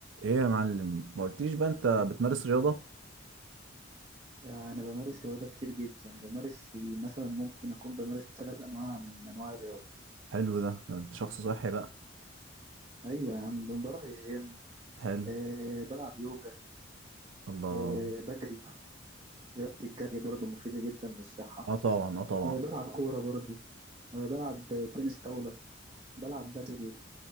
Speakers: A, on the right (about 75°); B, on the right (about 25°).
A: ايه يا معلم ما قلتليش بقى انت بتمارس رياضة
B: أنا بمارس رياضة كتير جدا بمارس مثلا ممكن أكون بمارس ثلاث أنواع من أنواع الرياضة
A: حلو ده ده انت شخص صحي بقى
B: أيوة يا عم بروح الجيم
A: حلو
B: أه بلعب يوجا
A: الله
B: أه بجري رياضة الجري برضو مفيدة جدا للصحة
A: اه طبعا اه طبعا
B: أه بلعب كورة برضو أه بلعب تنس طاولة بلعب بدل